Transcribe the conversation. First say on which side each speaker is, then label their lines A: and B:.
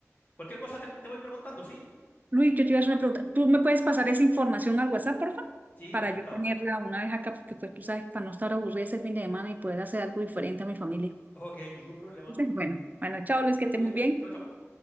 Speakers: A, on the left; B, on the right.
A: Cualquier cosa te, te voy preguntando, ¿sí?
B: Luis, yo te iba a hacer una pregunta. ¿Tú me puedes pasar esa información al WhatsApp, por favor?
A: Sí,
B: Para
A: encantado.
B: yo tenerla una vez acá, porque pues tú sabes, para no estar aburrida ese fin de semana y poder hacer algo diferente a mi familia.
A: Ok, ningún problema.
B: Entonces, bueno, bueno, chao Luis, que estés
A: Cuídate.
B: muy bien.
A: Chao, chao.